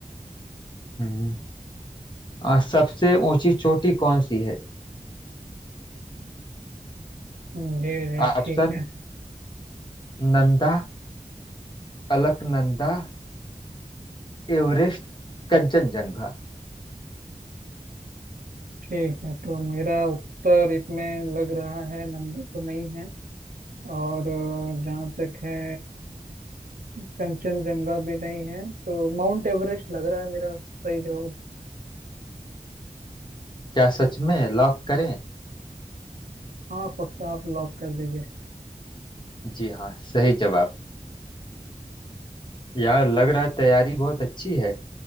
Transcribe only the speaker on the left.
हम्म आ, सबसे ऊंची चोटी कौन सी है
Option
Nanda Alaknanda Everest Kanchenjunga
क्या सच में लॉक करें
जी हाँ सही जवाब यार लग रहा है तैयारी बहुत अच्छी है